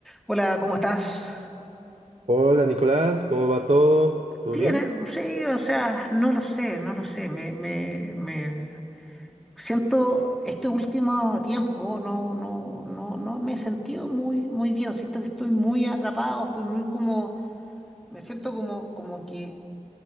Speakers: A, in the centre; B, on the right (about 55°).
A: Hola, ¿cómo estás?
B: Hola Nicolás, ¿cómo va todo? ¿Todo
A: Bien,
B: bien?
A: eh, sí, o sea, no lo sé, no lo sé. Me, me, me siento este último tiempo, no, no, no, no me he sentido muy, muy bien. Siento que estoy muy atrapado, estoy muy como, me siento como, como que,